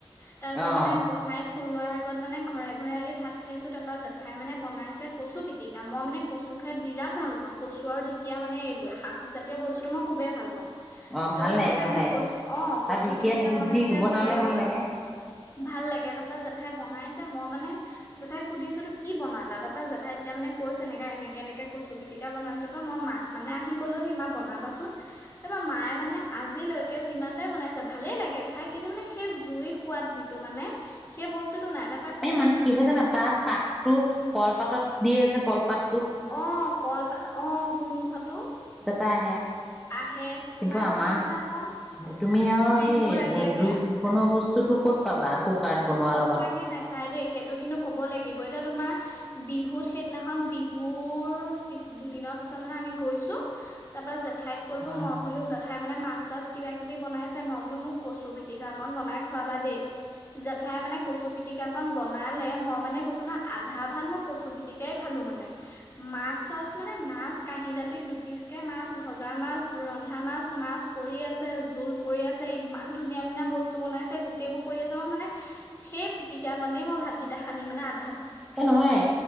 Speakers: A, on the left; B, in the centre.
A: তাৰ পিছত
B: অ',
A: মানে গোসাঁই ফুৰোৱাৰ আগত মানে ঘৰে-ঘৰে আহি ভাত খাইছো তাৰ পৰা জেঠাই মানে বনাইছে কচু পিতিকা মই মানে কচু খাই বিৰাট ভাল পাওঁ কচু আৰু ঢেঁকীয়া মানে এই শাক জাতীয় বস্তুতটো মই খুবেই ভাল পাওঁ৷
B: অ',
A: তাপা
B: ভাল লাগে
A: জেঠাই
B: ভাল
A: মানে
B: লাগে
A: কচ অঁ কচু
B: আৰু ঢেকীয়াত
A: পিতিকা
B: বুট
A: বনাইছে
B: দি বনালে
A: ভাত লগত৷
B: ভাল লাগে।
A: ভাল লাগে তাপা জেঠাই বনাইছে মই মানে জেঠাইক সুধিছো এতো কি বনালা তাপা জেঠাই এতিয়া মানে কৈছে এনেকে-এনেকে এনেকে কচু পিতিকা বনালো তাৰপা মই মাক মানে আহি কলো সি মা বনাবাচোন তাৰপা মায়ে মানে আজিলৈকে যিমান পাৰে বনাইছে ভালেই লাগে খাই কিন্তু মানে সেই জুইৰ সোৱাদ যিটো মানে সেই বস্তুতটো নাই তাপ
B: এই মানে কি হৈ জানা তাত পাতটো কলপাতত দিয়ে যে কলপাত
A: অঁ কলপা অঁ গোন্ধটো!
B: তা হে
A: আহে
B: কিন্তু
A: তোমাৰ
B: আমা
A: সেইদিনাখন
B: তুমি আৰু
A: বিহুৰ
B: এই
A: আগে আগে
B: জুইত বনোৱা বস্ত তুটো ক'ত পাবা? কুকাৰট বনোৱা
A: সঁচাকে
B: লগত
A: নেপায় দেই সেইটো কিন্তু ক'ব লাগিব এতিয়া তোমাৰ বিহুত সেইদিনাখন বিহুৰ পিছ দুদিনৰ পিছত মানে আমি গৈছো তাৰপা জে ঠাইত কলো
B: উম,
A: মইবলো জেঠাই খাই মানে মাছ চাছ কিবা কিবি বনাইছে মই বোলো মোক কছো পিতিকা অকন বনাই খুৱাবা দেই ঠাই মানে কচু পিটিকা অকণ বনালে মই মানে কৈছো ন আধা ভাত মই কচু পিটিকাই খালো মানে মাছ চাছ মানে মাছ কাঁহী দাঁতিত দুপিচ কে মাছ ভজা মাছ ৰন্ধা মাছ- মাছ পৰি আছে জোল পৰি আছে ইমান ধুনীয়া - ধুনীয়া বস্তু বনাইছে গোটেই বোৰ পৰি আছে মই মানে সেই পিটিকা কনেই মই ভাতগেইটা সান্দি মানে আ
B: এ নহয়